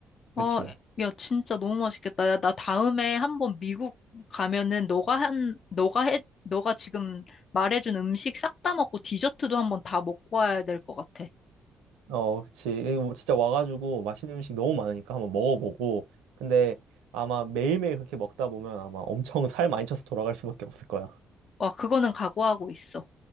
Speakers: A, on the left (about 50°); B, on the right (about 75°).
A: 아,
B: 그치.
A: 야, 진짜 너무 맛있겠다. 야, 나 다음에 한번 미국 가면은 너가 한, 너가 해, 너가 지금 말해준 음식 싹 다 먹고 디저트도 한번 다 먹고 와야 될 것 같아.
B: 어, 그치. 이 뭐 진짜 와가지고 맛있는 음식 너무 많으니까 한번 먹어보고. 근데 아마 매일매일 그렇게 먹다 보면 아마 엄청 살 많이 쪄서 돌아갈 수밖에 없을 거야.
A: 와, 그거는 각오하고 있어.